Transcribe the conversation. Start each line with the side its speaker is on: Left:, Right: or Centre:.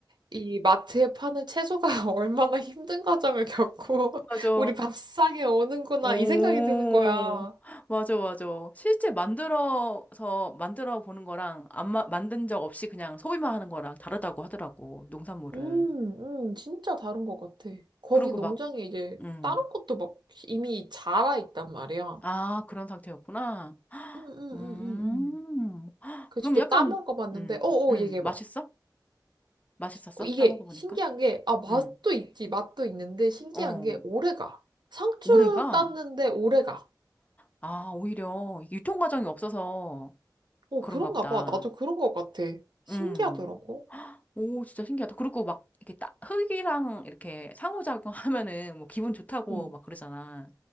Right: 이 마트에 파는 채소가 <laughs> 얼마나 힘든 과정을 겪고, <laughs>
Left: 맞아.
Right: 우리 밥상에 오는구나,
Left: 오,
Right: 이 생각이 드는 거야.
Left: 맞아, 맞아. 실제 만들어서, 만들어 보는 거랑, 안 마, 만든 적 없이 그냥 소비만 하는 거랑 다르다고 하더라고, 농산물을.
Right: 음, 음, 진짜 다른 것 같아. 거기
Left: 그리고
Right: 농장에
Left: 막,
Right: 이제
Left: 음.
Right: 다른 것도 막 이미 자라 있단 말이야.
Left: 아, 그런 상태였구나.
Right: 음, 음,
Left: 음.
Right: 음, 음, 음.
Left: 헉,
Right: 그
Left: 그럼
Right: 직접
Left: 약간,
Right: 따먹어 봤는데,
Left: 음,
Right: 어, 어,
Left: 음,
Right: 얘기해봐.
Left: 맛있어? 맛있었어?
Right: 어, 이게
Left: 따먹어보니까?
Right: 신기한 게, 아, 맛도
Left: 음,
Right: 있지, 맛도 있는데 신기한
Left: 어.
Right: 게 오래 가. 상추
Left: 올해가,
Right: 땄는데 오래 가.
Left: 아, 오히려 이게 유통 과정이 없어서
Right: 어,
Left: 그런가
Right: 그런가
Left: 보다.
Right: 봐. 나도 그런 것 같아. 신기하더라고.
Left: 음. 오, 진짜 신기하다. 그리고 막, 이렇게 딱, 흙이랑 이렇게 상호작용 <laughs> 하면은 뭐 기분 좋다고
Right: 응.
Left: 막 그러잖아.